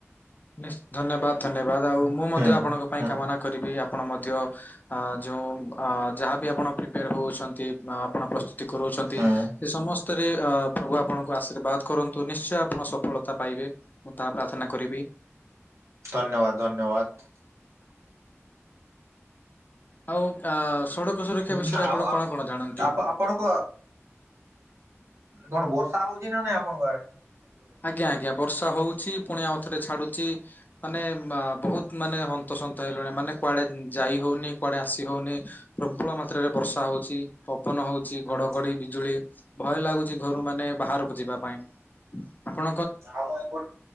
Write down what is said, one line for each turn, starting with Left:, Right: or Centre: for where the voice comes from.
Left: ନି ଧନ୍ୟବାଦ ଧନ୍ୟବାଦ ଆଉ
Right: ହୁଁ
Left: ମୁଁ ମଧ୍ୟ
Right: ହୁଁ
Left: ଆପଣଙ୍କ ପାଇଁ କାମନା କରିବି ଆପଣ ମଧ୍ୟ ଆ ଯୋଉଁ ଆ ଯାହାବି ଆପଣ ପ୍ରିପେୟାର ହୋଉଛନ୍ତି ଆ ଆପଣ ପ୍ରସ୍ତୁତି କରାଉଛନ୍ତି
Right: ହୁଁ
Left: ସେ ସମସ୍ତ ରେ ପ୍ରଭୁ ଆପଣଙ୍କୁ ଆଶୀର୍ବାଦ କରନ୍ତୁ ନିଶ୍ଚୟ ଆପଣ ସଫଳତା ପାଇବେ। ତା ପ୍ରାର୍ଥନା କରିବି।
Right: ଧନ୍ୟବାଦ ଧନ୍ୟବାଦ।
Left: ଆଉ ଆ ସଡ଼କ ସୁରକ୍ଷା
Right: ହୁଁ
Left: ବିଷୟରେ
Right: ଆଉ
Left: ଆପଣ
Right: ଆପ
Left: କଣ କଣ ଜାଣନ୍ତି?
Right: ଆପ ଆପଣଙ୍କ କଣ ବର୍ଷା ହଉଛି ନା ନାଇଁ ଆପଣଙ୍କ ଆରେ?
Left: ଆଜ୍ଞା ଆଜ୍ଞା। ବର୍ଷା ହଉଛି ଫୁଣି ଆଉଥରେ ଛାଡୁଛି ମାନେ ବୋହୁତ୍ ମାନେ ହନ୍ତସନ୍ତ ହେଲୁଣି, ମାନେ କୁଆଡେ ଯାଇ ହଉନି କୁଆଡେ ଆସି ହଉନି ପ୍ରବଳ ମାତ୍ରାରେ ବର୍ଷା ହଉଛି। ପବନ ହଉଛି
Right: ହୁଁ
Left: ଘଡଘଡି ବିଜୁଳି, ଭୟ ଲାଗୁଛି ଘରୁ ମାନେ ବାହାରକୁ ଯିବା ପାଇଁ। ଆପଣ
Right: ସମୟ